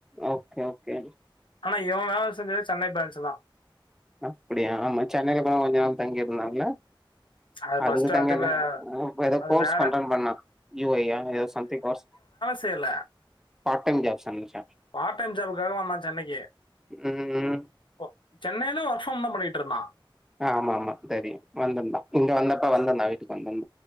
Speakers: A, in the centre; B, on the left.
A: ஓகே ஓகே
B: ஆனா இவ வேல செஞ்சது சென்னை பிரான்ச்சு தா
A: அப்படியா ஆமா சென்னைல கூட ஆமா கொஞ்ச நாள் தங்கியிருந்தால்ல
B: அது
A: அதுக்கு
B: ஃபர்ஸ்ட்
A: தா
B: அது
A: கேட்ட
B: வே-
A: ஏதோ
B: அது
A: கோர்ஸ்
B: வேற
A: பண்றன் பண்ணா யு வொய்யா ஏதோ சம்திங் கோர்ஸ்
B: புரியல
A: பார்ட் டைம் ஜாப் சொன்னுச்சா
B: பார்ட் டைம் ஜாப்புக்காக வந்தா சென்னைக்கு
A: ம்
B: ஓ சென்னைல ஒர்க் ஃப்ரம் தா பண்ணிகிட்டுருந்தா
A: அ ஆமா ஆமா தெரியு வந்துருந்தா இங்க வந்தப்ப வந்துருந்தா வீட்டுக்கு வந்